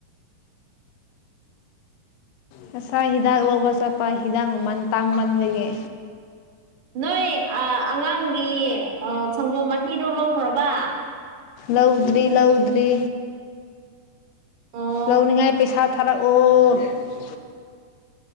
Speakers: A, on the left; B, on the right.
A: ꯉꯁꯥ ꯍꯤꯗꯥꯛ ꯂꯧꯕ ꯆꯠꯄ ꯍꯤꯗꯥꯛ ꯃꯃꯟ ꯇꯥꯡꯃꯟꯕꯒꯤ
B: ꯅꯣꯏ ꯑꯉꯥꯡꯒꯤ ꯁꯪꯒꯣꯝ ꯃꯍꯤꯗꯨꯣ ꯂꯧꯈ꯭ꯔꯕ
A: ꯂꯧꯗ꯭ꯔꯤ ꯂꯧꯗ꯭ꯔꯤ
B: ꯑꯣ
A: ꯂꯧꯅꯤꯡꯉꯥꯏ ꯄꯩꯁꯥ ꯊꯥꯔꯛꯑꯣ ꯍ ꯍꯗꯂ